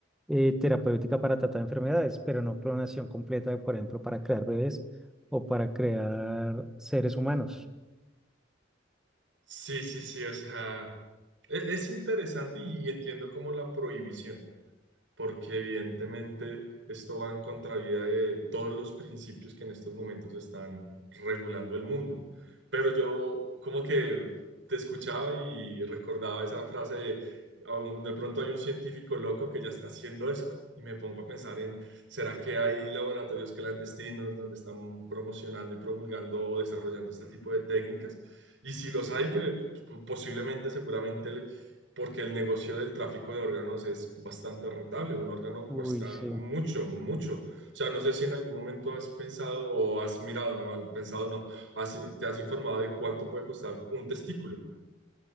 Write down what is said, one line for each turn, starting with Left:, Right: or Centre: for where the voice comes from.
Centre: eh, terapéutica para tratar enfermedades, pero no clonación completa, por ejemplo, para crear bebés o para crear seres humanos.
Right: Sí, sí, sí, o sea, e- es, interesante y, y entiendo como la prohibición. porque evidentemente esto va en contravía de todos los principios que en estos momentos están regulando el mundo. Pero yo como que te escuchaba y recordaba esa frase de, "Aún de pronto hay un científico loco que ya está haciendo eso. Y me pongo a pensar en, ¿será que hay laboratorios clandestinos donde están promocionando y promulgando o desarrollando este tipo de técnicas? Y si los hay, que p- posiblemente, seguramente porque el negocio del tráfico de órganos es bastante rentable. Un órgano
Centre: Uy,
Right: cuesta
Centre: sí.
Right: mucho, mucho. O sea, no sé si en algún momento has pensado o has mirado, no has pensado, no, has- te has informado de cuánto puede costar un testículo.